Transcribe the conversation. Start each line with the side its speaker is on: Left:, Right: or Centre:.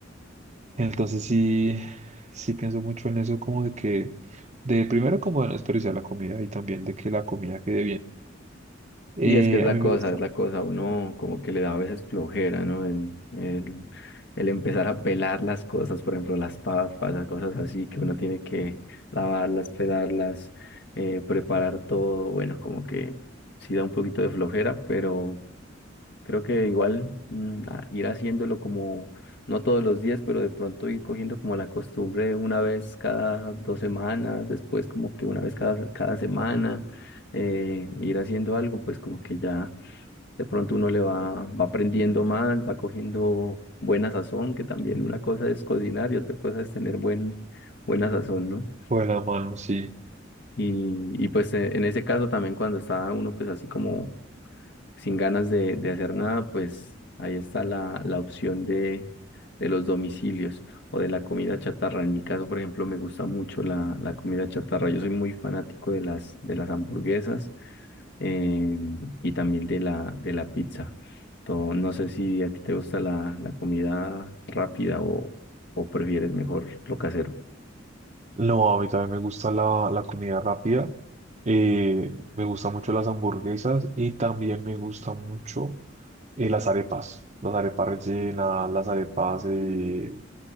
Right: Entonces sí, sí pienso mucho en eso como de que, de primero como de no desperdiciar la comida y también de que la comida quede bien. Eh,
Left: Y es que es la
Right: a mí
Left: cosa,
Right: me gusta.
Left: es la cosa, uno como que le da a veces flojera, ¿no? En, el, el empezar a pelar las cosas, por ejemplo, las papas, las cosas así, que uno tiene que lavarlas, pelarlas, eh, preparar todo, bueno, como que sí da un poquito de flojera, pero creo que igual mm, a- ir haciéndolo como, no todos los días, pero de pronto ir cogiendo como la costumbre una vez cada dos semanas, después como que una vez cada, cada semana, eh, ir haciendo algo, pues como que ya de pronto uno le va, va aprendiendo más, va cogiendo buena sazón, que también una cosa es cocinar y otra cosa es tener buen, buena sazón, ¿no?
Right: Con la mano, sí.
Left: Y, y pues eh, en ese caso también cuando está uno pues así como sin ganas de, de hacer nada, pues ahí está la, la opción de, de los domicilios o de la comida chatarra. En mi caso, por ejemplo, me gusta mucho la, la comida chatarra. Yo soy muy fanático de las, de las hamburguesas em, y también de la, de la pizza. To- no sé si a ti te gusta la, la comida rápida o, o prefieres mejor lo casero.
Right: No, a mí también me gusta la, la comida rápida. eh, me gustan mucho las hamburguesas y también me gustan mucho eh, las arepas. Las arepas rellenas, las arepas eh,